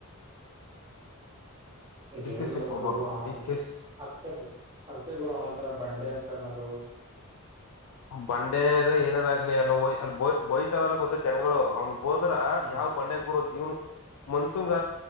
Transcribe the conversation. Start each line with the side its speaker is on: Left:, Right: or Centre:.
Left: ಡಿ
Right: ಜೇನ್
Left: ಕೆ ಸಿ
Right: ಬಿಡದ
Left: ಕೊಡ್ಬಾರ್ದು
Right: ಗುರು ಹ
Left: ಡಿ ಕೆ ಸಿ
Right: ಅದ್ಕು ಅದ್ಕ ಗುರು ಅವನೊಂತರ ಬಂಡೆ ಅಂತ ಅನ್ನೋದು.
Left: ಬಂಡೇರ ಏನಾರಾಗ್ಲಿ ಅಲ್ಲ ಓಯ್ ಅಲ್ ಬೋ ಬೋಯ್ತಾರಲ್ಲ ಗೊತ್ತ ಜನಗಳು ಅವ್ನು ಹೋದ್ರ
Right: ಹ್ಮ್,
Left: ಯಾವ ಬಂಡೆ ಗುರು ಇವ್ನು ಮನ್ಸೂಂಗ